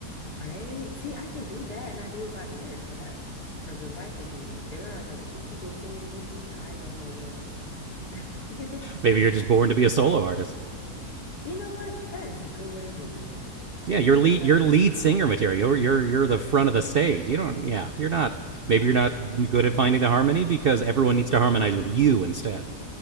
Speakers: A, on the left; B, on the right.
A: Right? See, I can do that and I do it by ear, but I, for the life of me, if there are like two people singing with me, I don't know where to go. <laughs>
B: maybe you're just born to be a solo artist
A: You know what? That is a good way of looking at it.
B: yeah
A: And
B: you're
A: I will
B: lead
A: start
B: you're
A: using
B: lead
A: that.
B: singer material you're, you're you're the front of the stage you don't yeah you're not maybe you're not good at finding the harmony because everyone needs to harmonize with you instead